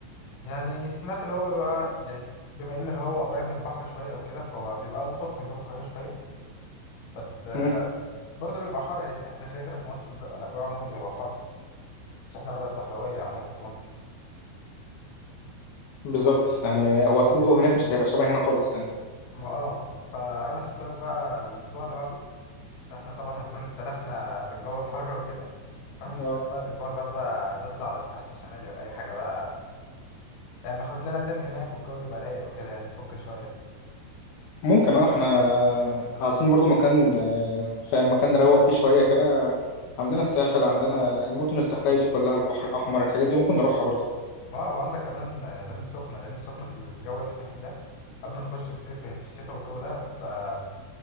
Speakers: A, on the left; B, on the left.
A: يعني سمعت اللي هو بقى يعني بما ان الهواء قريب من البحر شويه وكده فهو بيبقى الطف من جو القاهره شويه بس آه،
B: مم،
A: برضه بيبقى حر يعني احنا كده كده في مصر الج- الاجواء عموما بتبقى حر مش احنا بلد صحراويه عموما في مصر
B: بالظبط يعني هو أكيد الجو هناك مش هيبقى شبه هنا خالص يعني
A: ما اه فاعمل حسابك بقى الاسبوع اللي بعده احنا طبعا هنكون اتسلخنا في الجو الحر وكده اعمل
B: اه
A: حسابك بقى الاسبوع اللي بعده بقى نطلع على الساحل الشمالي ولا اي حاجه بقى يعني ناخد لنا تن هناك والجو يبقى رايق وكده يعني نفك شويه
B: ممكن اه احنا عايزين برضو مكان آه، فاهم مكان نروق فيه شوية كده عندنا الساحل عندنا المدن الساحلية دي كلها البحر الأحمر الحاجات دي ممكن نروحها برضو
A: ما هو عندك كمان العين السخنة العين السخنة في الجو اللي احنا فيه ده قبل ما نخش الصيف هي في الشتاء والجو ده بتبقى